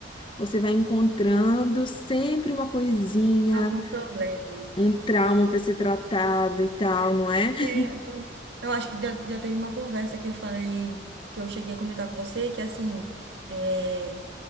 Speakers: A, on the left (about 25°); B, on the right (about 65°).
A: você vai encontrando sempre uma coisinha,
B: algum problema.
A: um trauma para ser tratado e tal, não é? <laughs>
B: É, foi- eu acho que já, já teve uma conversa que eu falei, que eu cheguei a comentar com você, que assim, é,